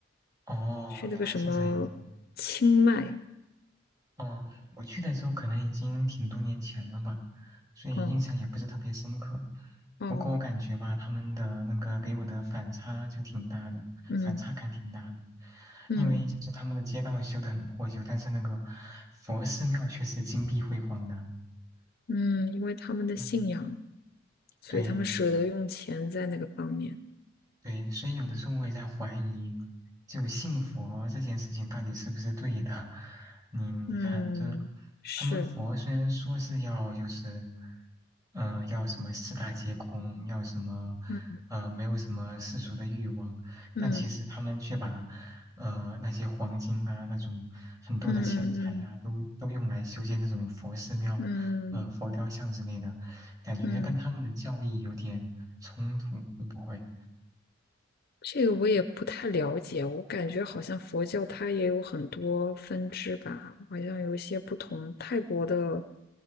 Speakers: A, on the right (about 20°); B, on the left (about 50°).
A: 哦，
B: 去那个什么清迈。
A: 原来是这样。哦，我去的时候可能已经挺多年前了吧，所以印象也不是特别深刻。
B: 哦哦，
A: 不过我感觉吧，他们的那个给我的反差就挺大的，
B: 嗯
A: 反差感挺大的。
B: 嗯
A: 因为就是他们的街道修得很破旧，但是那个佛寺庙却是金碧辉煌的。
B: 嗯，因为他们的信仰，
A: 嗯，
B: 所以他们舍得用钱在那个方面。
A: 对，对，所以有的时候我也在怀疑，就信佛这件事情到底是不是对的？你你看，
B: 嗯，
A: 这
B: 是，
A: 他们佛虽然说是要就是，嗯，要什么四大皆空，要什么，
B: 嗯
A: 呃，没有什么世俗的欲望，
B: 嗯
A: 但其实他们却把，呃，那些黄金啊，那种很多的钱财呀、
B: 嗯嗯
A: 都都用来修建这种佛寺庙，
B: 嗯嗯
A: 呃，佛雕像之类的，感觉跟他们的教义有点冲突，
B: 嗯，
A: 会不会？
B: 这个我也不太了解，我感觉好像佛教它也有很多分支吧，好像有一些不同。泰国的